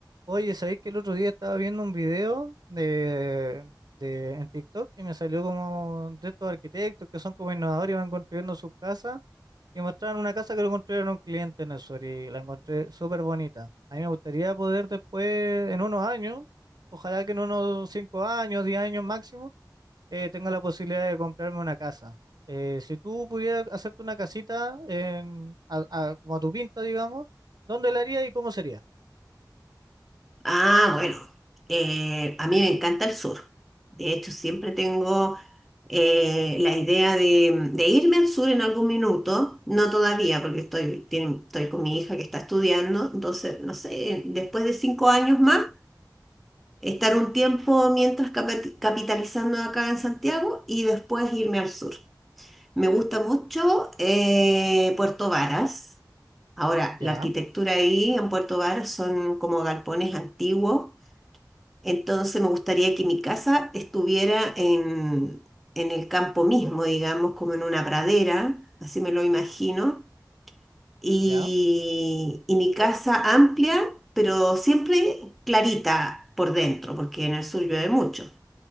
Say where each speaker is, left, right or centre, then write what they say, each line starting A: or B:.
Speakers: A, on the right; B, in the centre.
A: Oye, ¿sabéis que el otro día estaba viendo un video de, de- en TikTok y me salió como de estos arquitectos que son como innovadores y van construyendo sus casas y mostraron una casa que lo construyeron un cliente en el sur y la encontré súper bonita. A mí me gustaría poder después, en unos años, ojalá que en unos 5 años, 10 años máximo, eh, tenga la posibilidad de comprarme una casa. Eh, si tú pudieras hacerte una casita en, a- a- como a tu pinta, digamos, ¿dónde la harías y cómo sería?
B: Ah, bueno, eh, a mí me encanta el sur. De hecho, siempre tengo eh, la idea de, de irme al sur en algún minuto, no todavía, porque estoy, tiene- estoy con mi hija que está estudiando, entonces, no sé, después de cinco años más, estar un tiempo mientras capi- capitalizando acá en Santiago y después irme al sur. Me gusta mucho eh, Puerto Varas. Ahora,
A: Ya,
B: la arquitectura ahí en Puerto Varas son como galpones antiguos entonces me gustaría que mi casa estuviera en, en el campo mismo, digamos, como en una pradera, así me lo imagino. Y,
A: ya.
B: y mi casa amplia, pero siempre clarita por dentro, porque en el sur llueve mucho.